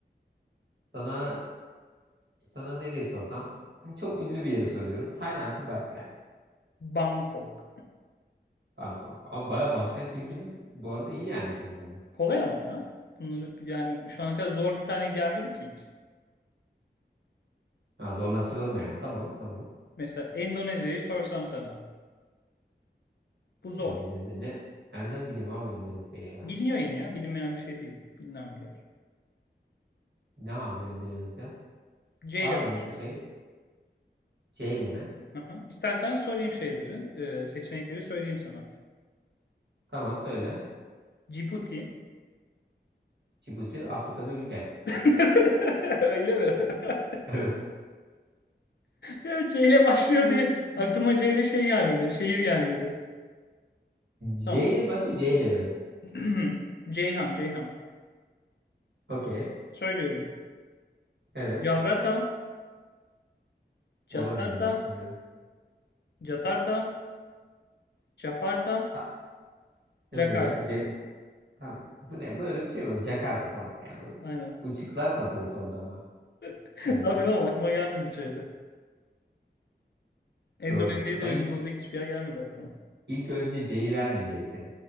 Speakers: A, on the right; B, on the left.
A: sana Sana nereyi sorsam? Ha, çok ünlü bir yeri soruyorum. Tayland'ın başkenti.
B: Bangkok.
A: Bangkok. Abi baya başkent bilgimiz bu arada iyi yani ikimizin de.
B: Kolay ama ya. Bunları yani şu ana kadar zor bir tane gelmedi ki hiç.
A: Ha, zorlaştıralım yani. Tamam tamam.
B: Mesela Endonezya'yı sorsam sana. Bu zor.
A: Endonezya ne? Nereden bileyim abi Endonezya'yı ya?
B: Biliniyor yine ya. Bilinmeyen bir şey değil. Bilinen bir yer.
A: Ne abi Endonezya?
B: C
A: Var
B: ile
A: mı
B: başlıyor.
A: şey? C ile mi?
B: Aha. İstersen sorayım şeyleri. e, seçenekleri söyleyeyim sana.
A: Tamam söyle.
B: Cibuti.
A: Cibuti Afrika'da ülke.
B: <laughs> Öyle mi?
A: <laughs>
B: <laughs>
A: Evet.
B: Ya C ile başlıyor
A: Hmm.
B: diye aklıma C ile şey gelmedi. Şehir gelmedi.
A: C
B: Tamam.
A: ile mi başlıyor? C ile mi?
B: <clears throat> Ceyhan, Ceyhan.
A: Okey.
B: Söylüyorum.
A: Evet.
B: Javrata,
A: Ora
B: Jastarta,
A: nereymiş bilmiyorum.
B: Jatarta, Jafarta,
A: Ha,
B: Jakarta.
A: ne bu ya? Tamam. Bu ne? Böyle bir şey mi? Jakarta tamam yani. Bu,
B: Aynen.
A: bu şıklar patates oldu ama
B: <laughs>
A: kanki.
B: Ne yapayım ama aklıma gelmedi şeyde. Endonezya'ya
A: Doğru.
B: da
A: Sen
B: uygun
A: ilk,
B: olacak hiçbir yer gelmedi aklıma.
A: ilk önce C'yi vermeyecektin.